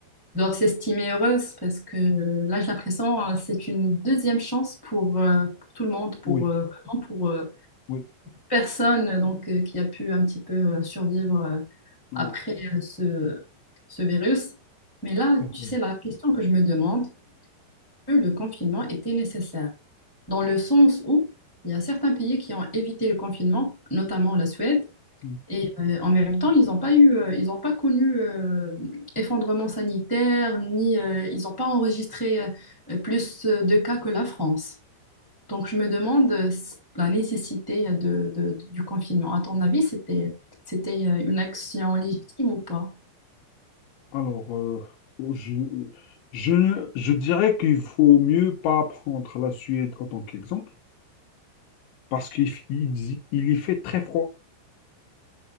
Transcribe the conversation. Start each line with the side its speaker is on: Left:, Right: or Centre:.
Centre: doivent s'estimer heureuses parce que euh, là, j'ai l'impression, euh, c'est une deuxième chance pour, euh, pour tout le monde, pour
Left: Oui,
Centre: euh, vraiment pour euh,
Left: oui.
Centre: personne euh, donc euh, qui a pu un petit peu euh, survivre euh,
Left: oui.
Centre: après euh, ce, ce virus. Mais là,
Left: Mhm.
Centre: tu sais, la question que je me demande, que le confinement était nécessaire, dans le sens où il y a certains pays qui ont évité le confinement, notamment la Suède.
Left: Mhm.
Centre: Et euh, en même temps, ils n'ont pas eu, euh, ils n'ont pas connu euh, effondrement sanitaire, ni euh, ils n'ont pas enregistré euh, plus euh, de cas que la France. Donc, je me demande euh, s- la nécessité euh, de, de- de- du confinement. À ton avis, c'était, c'était euh, une action légitime ou pas?
Left: Alors, euh, je, je, je dirais qu'il faut mieux pas prendre la Suède en tant qu'exemple, parce qu'il f- il, y il y fait très froid